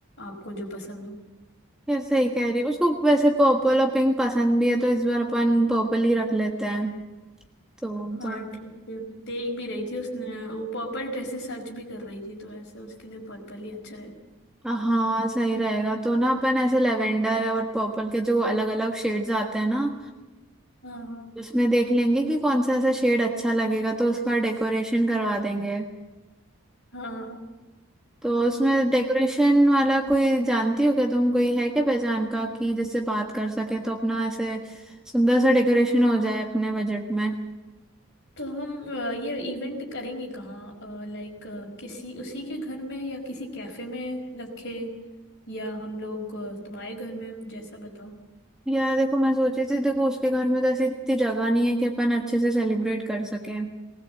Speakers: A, on the left; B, in the centre.
A: आपको जो पसंद हो
B: यार सही कह रही हूँ उसको वैसे पर्पल और पिंक पसंद भी है तो इस बार अपन पर्पल ही रख लेते हैं तो
A: हाँ
B: थोड़ा
A: ठीक है देख भी रही थी उसने वो पर्पल ड्रेसेस सर्च भी कर रही थी तो ऐसे उसके लिए पर्पल ही अच्छा रहे
B: हाँ सही रहेगा तो ना अपन ऐसे लेवेंडर और पर्पल के जो अलग अलग शेड्स आते हैं ना
A: हाँ
B: उसमें देख लेंगे कि कौन सा ऐसा शेड अच्छा लगेगा तो उसका डेकोरेशन करवा देंगे
A: हाँ
B: तो उसमें डेकोरेशन वाला कोई जानती हो क्या तुम कोई है क्या पहचान का कि जिससे बात कर सके तो अपना ऐसे सुंदर सा डेकोरेशन हो जाए अपने बजट में
A: तो हम अ, ये इवेंट करेंगे कहाँ लाइक किसी उसी के घर में या किसी कैफे में रखे या हम लोग अ, तुम्हारे घर में जैसा बताओ
B: यार देखो मैं सोची थी देखो उसके घर में तो ऐसी इतनी जगह नहीं है कि अपन अच्छे से सेलिब्रेट कर सके